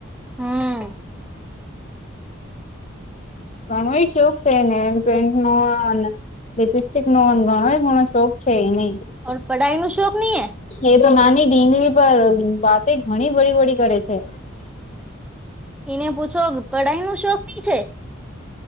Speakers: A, in the centre; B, on the left.
A: હમ
B: ઘણો એ શોખ છે ને પેન્ટ નો લિપસ્ટિક નોંધ ગણો એ ગણો શોખ છે એ નહી
A: ઓ પઢાઈ ન શોક નહીં
B: એ તો નાની ઢીંગલી પર વાતે ઘણી વડી વળડી કરે છે
A: એને પૂછો પઢાઈ નું શોખ કી છે